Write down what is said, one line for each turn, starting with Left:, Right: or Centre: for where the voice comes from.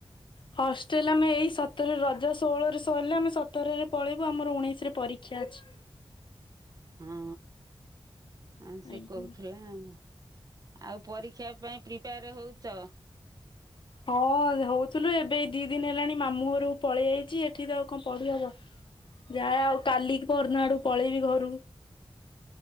Left: ହଷ୍ଟେଲ ଆମେ ଏଇ ସତରରେ ରଜ ଷୋହଳରେ ସରିଲେ ଆମେ ସତରରେ ପଳେଇବୁ ଆମର ଉଣେଇସିରେ ପରୀକ୍ଷା ଅଛି।
Right: ହଁ ହଁ ସେ
Left: ଆଜ୍ଞା
Right: କହୁଥିଲା ଆଉ। ଆଉ ପରୀକ୍ଷା ପାଇଁ ପ୍ରିପେୟାର ହୋଉଚ?
Left: ହଁ ହୋଉଥିଲୁ ଏବେ ଏଇ ଦି ଦିନ ହେଲାଣି ମାମୁଁ ଘରକୁ ପଳେଇ ଆଇଚି ଏଠି ତ ଆଉ କଣ ପଢି ହବ। ଯାଏ ଆଉ କାଲି ପରଦିନ ଆଡକୁ ପଳେଇବି ଘରୁକୁ।